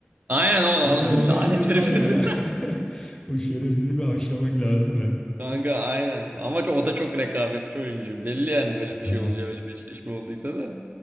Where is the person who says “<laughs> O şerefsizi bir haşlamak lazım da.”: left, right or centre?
Left